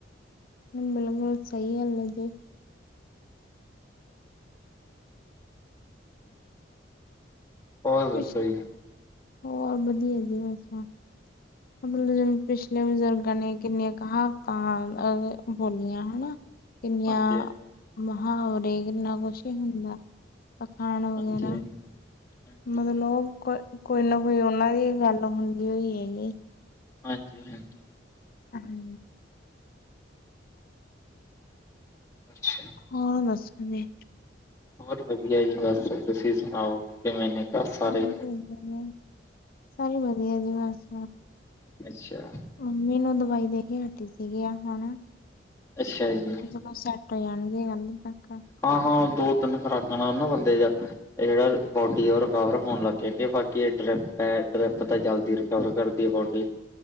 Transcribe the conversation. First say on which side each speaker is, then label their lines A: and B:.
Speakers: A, on the left; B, on the left.
A: ਬਿਲਕੁਲ ਸਈ ਗਲ ਐ ਜੀ।
B: ਹੋਰ ਦੱਸੋ
A: ਕੁਸ਼ ਨੀ,
B: ਜੀ।
A: ਹੋਰ ਵਧੀਆ ਜੀ ਅੱਛਾ ਮਤਲਬ
B: ਅੱਛਾ
A: ਪਿਛਲੇ ਬਜ਼ੁਰਗਾਂ ਨੇ ਕਿੰਨੀਆਂ ਕਹਾਵਤਾਂ ਅ-ਅ ਬੋਲੀਆਂ ਹਨਾ। ਕਿੰਨੀਆਂ,
B: ਹਾਂਜੀ
A: ਮੁਹਾਵਰੇ ਕਿੰਨਾ ਕੁਛ ਈ ਹੁੰਦੈ, ਆਖਾਣ ਵਗੈਰਾ
B: ਹਾਂਜੀ ਹਾਂਜੀ ਹਾਂਜੀ
A: ਮਤਲਬ ਲੋਗ ਕੋ ਕੋਈ ਨਾ ਕੋਈ ਓਨਾ ਦੀ ਗੱਲ ਹੁੰਦੀ ਹੋਈ ਹੈਗੀ।
B: ਹਾਂਜੀ-ਹਾਂਜੀ।
A: ਅ ਹੂੰ।
B: ਅੱਛਾ।
A: ਹੋਰ ਦਸੋ ਜੀ।
B: ਬੋਹਤ ਵਧੀਆ ਜੀ ਬਸ ਤੁਸੀਂ ਸੁਣਾਓ ਕਿਵੇਂ ਘਰ
A: ਹਾਂਜੀ
B: ਸਾਰੇ?
A: ਵਧੀਆ ਜੀ ਵਧੀਆ, ਸਾਰੇ ਵਧੀਆ ਜੀ ਬਸ।
B: ਅੱਛਾ।
A: ਮੰਮੀ ਨੂੰ ਦਵਾਈ ਦੇ ਕੇ ਹਟੀ ਸੀਗੀ ਆ ਹਣਾ-
B: ਅੱਛਾ ਜੀ।
A: ਫੇਰ ਓ ਸੈਟ ਹੋ ਜਾਣਗੇ ਕੱਲ ਤੱਕ
B: ਹਾਂ-ਹਾਂ ਦੋ ਤਿੰਨ ਖੁਰਾਕਾਂ ਨਾਲ ਨਾ ਬੰਦੇ ਜਾ ਏ ਜੇੜਾ ਬੋਡੀ ਰਿਕਵਰ ਹੋਣ ਲੱਗ ਜਾਂਦੀ, ਬਾਕੀ ਐ ਡਰਿਪ ਹੈ, ਡਰਿੱਪ ਤਾਂ ਜਾਲਦੀ ਕਵਰ ਕਰਦੀ ਏ ਬੋਡੀ